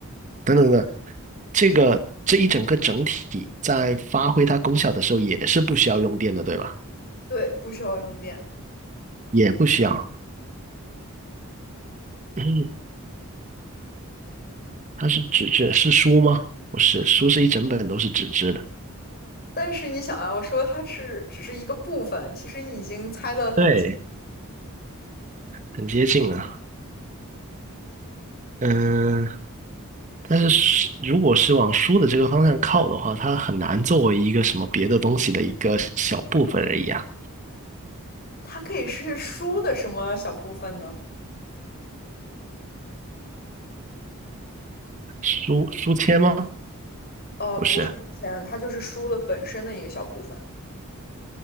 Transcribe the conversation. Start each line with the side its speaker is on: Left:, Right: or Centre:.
Right: 等等等，这个这一整个整体在发挥它功效的时候，也是不需要用电的，对吧？
Left: 对，不需要用电。
Right: 也不需要。嗯，它是纸质，是书吗？不是，书是一整本都是纸质的。
Left: 但是你想啊，我说它是只是一个部分，其实你已经猜得很。
Right: 对，很接近啊。嗯，但是是如果是往书的这个方向靠的话，它很难作为一个什么别的东西的一个小部分而已啊。
Left: 它可以是书的什么小部分呢？
Right: 书书签吗？
Left: 呃，
Right: 不是，
Left: 不是书签，它就是书的本身的一个小部分。